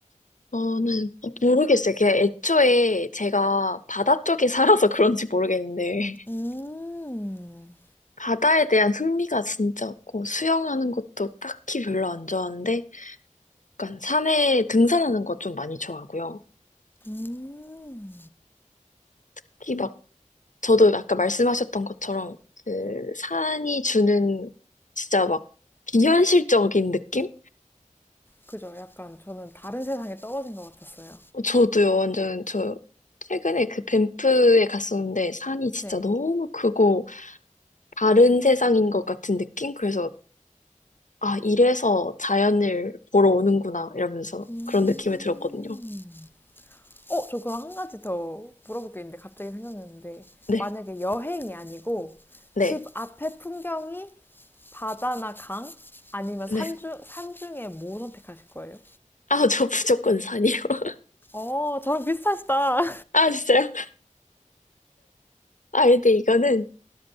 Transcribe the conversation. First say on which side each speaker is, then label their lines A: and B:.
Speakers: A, on the left; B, on the left.
A: 저는 어, 모르겠어요. 그냥 애초에 제가 바다 쪽에 살아서 그런지 모르겠는데
B: 음,
A: <laughs> 바다에 대한 흥미가 진짜 없고 수영하는 것도 딱히 별로 안 좋아하는데 약간 산에 등산하는 것 좀 많이 좋아하고요.
B: 음.
A: 특히 막 저도 아까 말씀하셨던 것처럼 그 산이 주는 진짜 막 비현실적인 느낌?
B: 그죠? 약간 저는 다른 세상에 떨어진 것 같았어요.
A: 어, 저도요. 완전 저 최근에 그 밴프에 갔었는데 산이 진짜
B: 네.
A: 너무 크고 다른 세상인 것 같은 느낌? 그래서 아, 이래서 자연을 보러 오는구나, 이러면서
B: 음...
A: 그런 느낌이 들었거든요.
B: 어, 저 그럼 한 가지 더 물어볼 게 있는데 갑자기 생각났는데
A: 네,
B: 만약에 여행이 아니고
A: 네,
B: 집 앞에 풍경이 바다나 강 아니면 산중
A: 네.
B: 산중에 뭐 선택하실 거예요?
A: 아, <laughs> 저 무조건 산이요. <laughs>
B: 어, 저랑 비슷하시다.
A: 아, 진짜요? 아, 근데 이거는